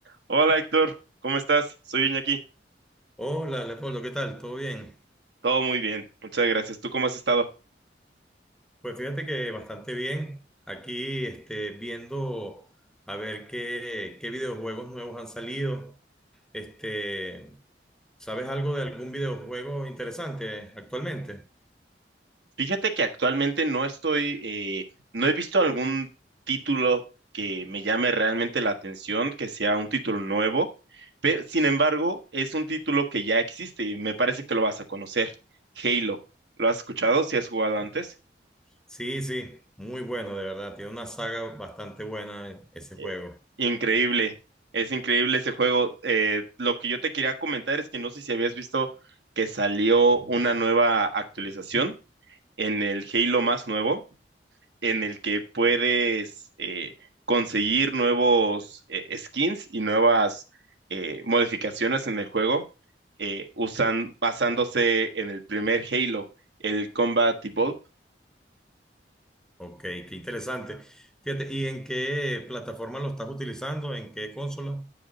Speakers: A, on the right (about 70°); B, in the centre.
A: Hola Héctor, ¿cómo estás? Soy Iñaki.
B: Hola, Leopoldo, ¿qué tal? ¿Todo bien?
A: Todo muy bien, muchas gracias. ¿Tú cómo has estado?
B: Pues fíjate que bastante bien. Aquí este, viendo a ver qué, qué videojuegos nuevos han salido. Este, ¿sabes algo de algún videojuego interesante actualmente?
A: Fíjate que actualmente no estoy, eh, no he visto algún título que me llame realmente la atención, que sea un título nuevo, pero sin embargo es un título que ya existe y me parece que lo vas a conocer, Halo. ¿Lo has escuchado? ¿Si has jugado antes?
B: Sí, sí, muy bueno, de verdad. Tiene una saga bastante buena ese
A: Eh,
B: juego.
A: increíble, es increíble ese juego. Eh, lo que yo te quería comentar es que no sé si habías visto que salió una nueva actualización. en el Halo más nuevo, en el que puedes eh, conseguir nuevos eh, skins y nuevas eh, modificaciones en el juego, eh, usan, basándose en el primer Halo, el Combat Evolved.
B: Ok, qué interesante. Fíjate, ¿y en qué plataforma lo estás utilizando? ¿En qué consola?